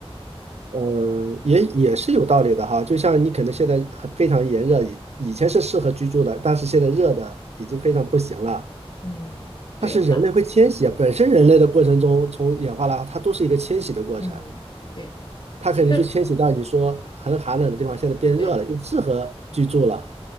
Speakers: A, on the right; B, on the left.
A: 呃，也也是有道理的哈。就像你可能现在很非常炎热，以以前是适合居住的，但是现在热的已经非常不行了。
B: 嗯，对，
A: 它是人类会迁徙啊，
B: 那
A: 本身人类的过程中，从演化来，它都是一个迁徙的过程。
B: 嗯，对，
A: 它肯定就迁徙到你说很寒冷的地方，
B: 其实
A: 现在变热了，
B: 对。
A: 又适合居住了。